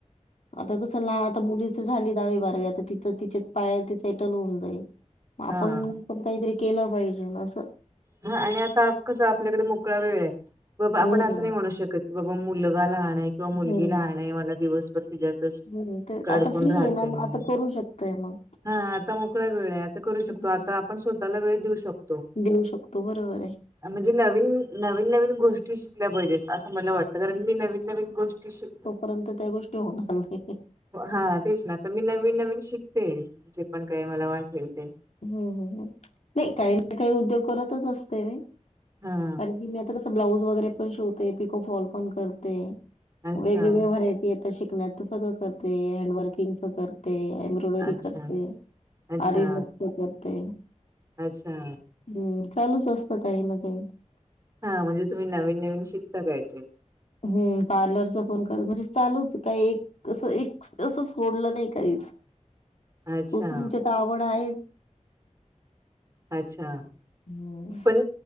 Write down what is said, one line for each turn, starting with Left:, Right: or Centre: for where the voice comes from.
Left: आता कसं लान आता मुलीच झाली दहावी, बारावी आता तिचं तिचे पायर त सेटल होऊन जाईल. म
Right: हा
Left: आपण पण काहीतरी केलं पाहिजे नां अस
Right: हा हा आणि आता कसं आपल्याकडे मोकळा वेळ आहे. बाबा
Left: हम्म,
Right: आपण असं नाही म्हणू शकत की बाबा मुलगा लहान आहे. किंवा मुलगी
Left: हम्म,
Right: लहण आहे. मला दिवसभर तिच्यात
Left: हम्म. ते
Right: काडकून
Left: आता फ्री
Right: राहते
Left: आहे ना मग
Right: मी.
Left: आता करू शकतोय मग.
Right: हा आता मोकळा वेळ आता करू शकतो.
Left: हं,
Right: आता आपण स्वतःला वेळ देऊ शकतो.
Left: देऊ शकतो बरोबर आहे.
Right: म्हणजे नवीन नवीन, नवीन गोष्टी शिकल्या पाहिजेत असं मला वाटतं. कारण मी नवीन नवीन गोष्टी शिकते.
Left: परंतु त्या गोष्टी होणार नाहीत.
Right: हा तेच ना तर मी नवीन नवीन शिकते. जे पण काय मला वाटेल ते
Left: हम्म ह नाही काही ना काही उद्योग करतच असते.
Right: हा.
Left: <inaudible> ब्लाऊज वगैरे पण शिवते. पिकॉल पण करते.
Right: अच्छा
Left: वेगवेळे व्हरायटी आहे. ते शिकण्यात सगळं करते हँड वर्किंग च करते. <inaudible>
Right: अच्छा
Left: करते
Right: अच्छा
Left: आरीवर्क करते.
Right: अच्छा.
Left: हम्म चालूच असतं काही ना काही.
Right: हा म्हणजे तुम्ही नवीन नवीन शिकता काय ते
Left: हम्म पार्लरच पण करते. म्हणजे चालूच काय एक अस एक तं सोडलं नाही काही.
Right: अच्छा
Left: कुकिंगच्या तर आवड आहेच.
Right: अच्छा.
Left: हो.
Right: पण